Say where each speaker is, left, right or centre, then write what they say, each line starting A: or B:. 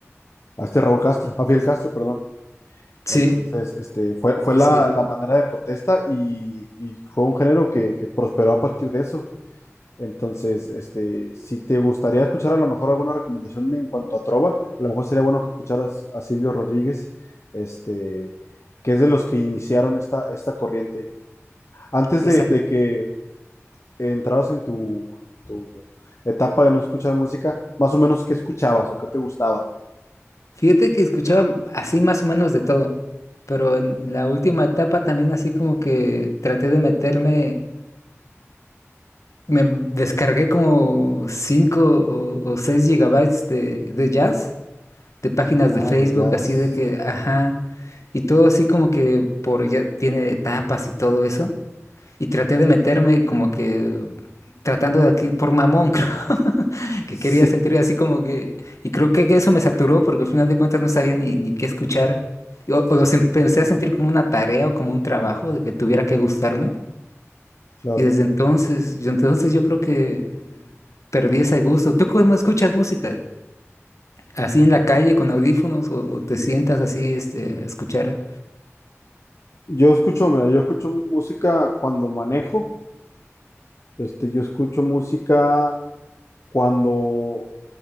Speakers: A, on the left; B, on the left.
A: a este Raúl Castro, a Fidel Castro, perdón.
B: Sí,
A: Entonces, este, fue, fue
B: sí,
A: la,
B: sí.
A: la manera de protesta y, y fue un género que, que prosperó a partir de eso. Entonces, este, si te gustaría escuchar a lo mejor alguna recomendación en cuanto a trova, a lo mejor sería bueno que escucharas a Silvio Rodríguez, este, que es de los que iniciaron esta, esta corriente. Antes
B: Esa.
A: de, de que entraras en tu, en tu etapa de no escuchar música, más o menos qué escuchabas o qué te gustaba.
B: Fíjate que escuchaba así más o menos de todo, pero en la última etapa también así como que traté de meterme, me descargué como 5 o, o 6 gigabytes de, de jazz. de páginas
A: Ah,
B: de Facebook,
A: de jazz.
B: así de que,
A: <laughs>
B: ajá, y todo así como que por ya tiene etapas y todo eso. Y traté de meterme como que tratando de aquí, por mamón, <laughs> creo, que
A: Sí,
B: quería sentir así como que, y creo que eso me saturó porque al final de cuentas no sabía ni, ni qué escuchar. O, o los empecé a sentir como una tarea o como un trabajo de que tuviera que gustarme.
A: claro.
B: Y desde entonces, yo entonces yo creo que perdí ese gusto. ¿Tú cómo escuchas música? así en la calle con audífonos o, o te sientas así este, a escuchar.
A: Yo escucho, mira, yo escucho música cuando manejo, este, yo escucho música cuando